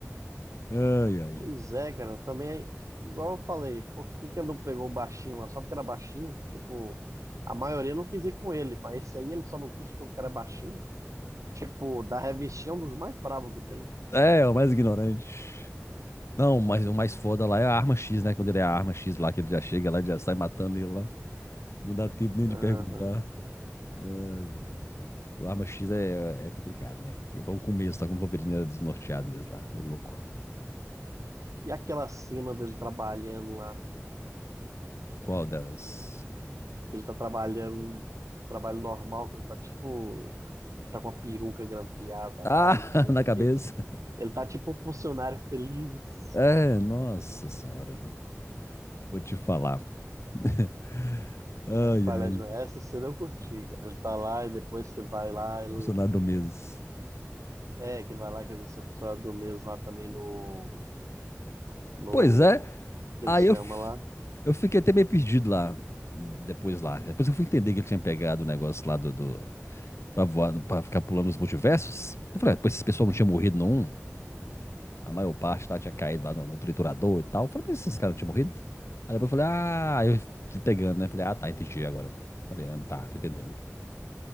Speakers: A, on the left; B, on the right.
A: Ai, ai.
B: Pois é, cara, também, igual eu falei, por que que ele não pegou o baixinho lá? Só porque era baixinho? Tipo, a maioria não quis ir com ele, mas esse aí ele só não quis porque o cara é baixinho? Tipo, da revistinha é um dos mais bravos que tem.
A: É, o mais ignorante. Não, mas o mais foda lá é a arma X, né? Quando ele é a arma X lá, que ele já chega lá, ele já sai matando ele lá. Não dá tempo nem
B: Aham.
A: de perguntar. Ai, ai. O Arma X é, é complicado, né? Que É o começo, tá com o Wolverine era desnorteado mesmo lá, meio louco.
B: E aquela cena dele trabalhando lá,
A: Qual delas?
B: que ele tá trabalhando, trabalho normal, que ele tá tipo, ele tá com a peruca grampeada
A: Ah,
B: lá, não sei
A: <laughs> na
B: o quê.
A: cabeça.
B: Ele tá tipo um funcionário feliz.
A: É, nossa senhora, viu? Vou te falar. <laughs> Ai,
B: É, palhaço,
A: ai,
B: essa cena eu curti, cara. Ele tá lá e depois que vai lá, ele,
A: Bolsonaro do mês.
B: é, que vai lá, quer dizer, seu funcionário do mês lá também no, no,
A: Pois é,
B: que
A: aí
B: eles chamam
A: eu, f-
B: lá.
A: eu fiquei até meio perdido lá, depois lá. Depois eu fui entender que ele tinha pegado o negócio lá do, do pra voar, pra ficar pulando os multiversos. Eu falei, ah, pô, esse pessoal não tinha morrido não? A maior parte lá tinha caído lá no, no triturador e tal. Eu falei, mas esses caras não tinham morrido? Aí depois eu falei, ah, aí eu fui pegando, né? Falei, ah, tá, entendi agora. Falei, ah, tá, tô entendendo.